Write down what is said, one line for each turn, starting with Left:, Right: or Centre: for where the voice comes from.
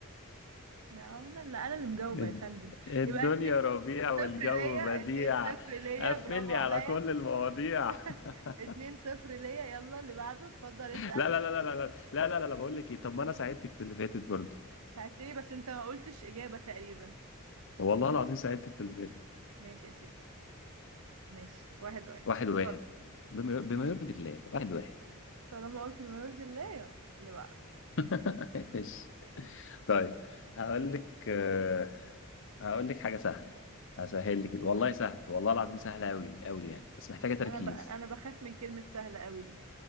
Right: لا، انا اللي انا اللي مجاوبه
Left: الد-
Right: يا فندم
Left: الدنيا
Right: يبقى اتنين
Left: ربيع
Right: اتنين صفر
Left: والجو
Right: ليا
Left: بديع
Right: اتنين صفر ليا
Left: قفل
Right: برافو
Left: لي
Right: عليا
Left: على كل المواضيع
Right: <laughs>
Left: <laughs>
Right: اتنين صفر ليا يلا اللي بعده اتفضل اسأل
Left: لا لا لا لا لا لا لا لا لا لا، بقول لك ايه طب ما انا ساعدتك في اللي فاتت برضه
Right: ساعدتني بس انت ما قلتش اجابة تقريبا
Left: والله العظيم ساعدتك في اللي فاتت
Right: ماشي يا سيدي ماشي واحد واحد
Left: واحد واحد
Right: اتفضل
Left: بما بما يرضي الله واحد واحد
Right: طالما قلت ما يرضي الله يلا اللي بعده
Left: <laughs> ماشي طيب هقول لك آه، هقول لك حاجة سهلة هسهل لك والله سهل والله العظيم سهلة أوي أوي يعني بس محتاجة تركيز
Right: انا ب... انا بخاف من كلمة سهلة قوي دي